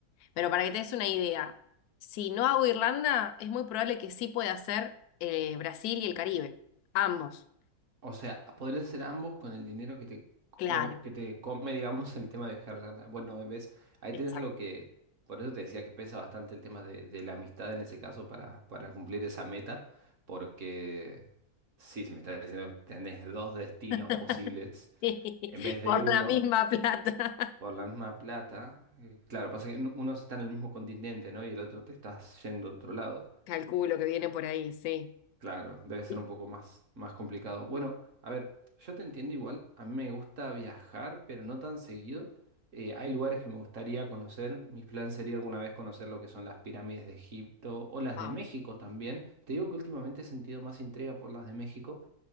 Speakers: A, on the left; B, on the right.
A: pero para que te des una idea, si no hago Irlanda, es muy probable que sí pueda hacer eh, Brasil y el Caribe, ambos.
B: O sea, podrías hacer ambos con el dinero que te,
A: Claro,
B: co- que te come, digamos, el tema de dejar lana. Bueno, ves, ahí
A: exacto.
B: tienes algo que, por eso te decía que pesa bastante el tema de, de la amistad en ese caso para, para cumplir esa meta, porque sí, si me estás diciendo que tenés dos destinos
A: <laughs>
B: posibles en vez de
A: Por
B: uno,
A: la misma plata.
B: por la misma plata, eh, claro, pasa que uno uno está en el mismo continente, ¿no? Y el otro te estás yendo a otro lado.
A: Calculo que viene por ahí, sí.
B: Claro, debe ser
A: Sí.
B: un poco más, más complicado. Bueno, a ver, yo te entiendo igual, a mí me gusta viajar, pero no tan seguido. Eh, hay lugares que me gustaría conocer, mi plan sería alguna vez conocer lo que son las pirámides de Egipto o las
A: Ah,
B: de México también. Te digo que últimamente he sentido más intriga por las de México,